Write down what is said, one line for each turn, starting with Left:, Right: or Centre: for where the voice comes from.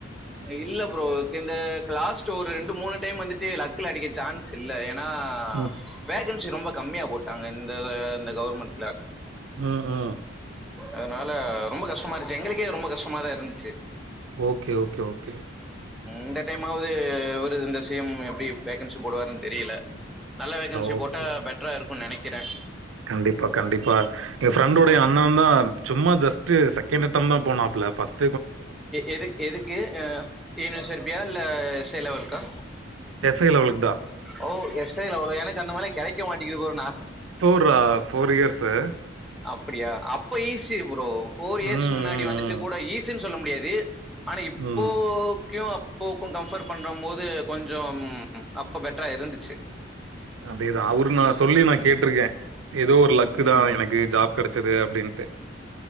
Centre: இல்ல ப்ரோ ‌ இந்த கிளாஸ் ஒரு ரெண்டு மூணு டைம் வந்துட்டு லக்ல அடிக்க சான்ஸ் இல்ல ஏனா
Right: ம்.
Centre: வேகன்சி ரொம்ப கம்மியா போட்டாங்க இந்த இந்த கவர்மெண்ட்ல
Right: ம் ம்
Centre: அதனால ரொம்ப கஷ்டமா இருச்சு எங்களுக்கே ரொம்ப கஷ்டமாதான் இருந்துச்சு
Right: ஓகே ஓகே ஓகே
Centre: இந்த டைம்மாவது ஒரு இந்த சி எம் எப்டி வேகன்சி போடுவாருன்னு தெரியல நல்ல வேகன்சி
Right: ஓகே.
Centre: போட்டா பெட்டரா இருக்கும்னு நெனைக்கிறேன்
Right: கண்டிப்பா கண்டிப்பா என் ஃப்ரெண்டோடைய அண்ணன் தான் சும்மா ஜஸ்ட் செகண்ட்ட்டம் தான் போனாப்புல பஸ்ட்
Centre: எது எதுக்கு டின சர்ப்பியா இல்ல எஸ் ஐ லெவலுக்கா
Right: எஸ் ஐ லெவலுக்கு தான்
Centre: ஓ எஸ் ஐ லெவளோ எனக்கு அந்த மார்ல்லாம் கிடைக்க மாட்டேங்குது ப்ரோ நா
Right: ஃப்போர் இயர்ஸ்சு
Centre: அப்படியா அப்ப ஈஸி ப்ரோ ஃப்போர் இயர்ஸ்
Right: ம்,
Centre: முன்னாடி
Right: ம்,
Centre: வந்துட்டு கூட ஈஸினு சொல்ல முடியாது ஆனா இப்போகியும்
Right: ம். ம்.
Centre: அப் அப்போக்கும் கம்பர் பண்ற மோது கொஞ்சம் அப்போ பெட்டரா இருந்துச்சு
Right: அதேதான் அவரு நான் சொல்லி நான் கேட்டிருக்கேன் ஏதோ ஒரு லக்கு
Centre: ம்
Right: தான் எனக்கு ஜாப் கிடச்சது அப்படின்ட்டு